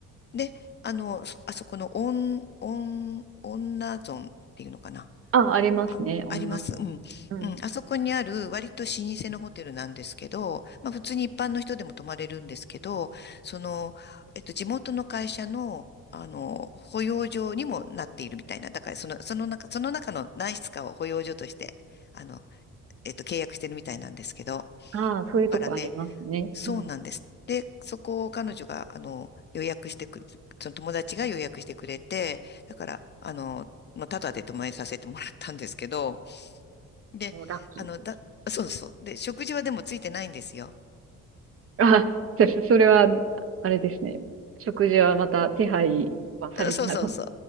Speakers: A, on the left (about 35°); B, on the right (about 50°).
A: で、あの、そあそこのオン、オン、女ゾンっていうのかな。
B: あ、ありますね、
A: あ、
B: あります。
A: あります。うん。
B: うん。
A: うん。あそこにある割と老舗のホテルなんですけど、まあ普通に一般の人でも泊まれるんですけど、その、えっと、地元の会社の、あの、保養所にもなっているみたいな。だからその、その中、その中の何室かを保養所として、あの、えっと、契約してるみたいなんですけど。だ
B: ああ、そういうとこありますね。
A: からね、そうなんです。
B: うん。
A: で、そこを彼女が、あの、予約してく、その友達が予約してくれて、だから、あの、まあ、タダで泊まりさせてもらったんですけど、で、
B: もうラッキーです。
A: あの、だ、そうそう。で、食事はでもついてないんですよ。
B: あ、そそれは、あれですね。食事はまた手配はされてなかっ
A: そうそうそ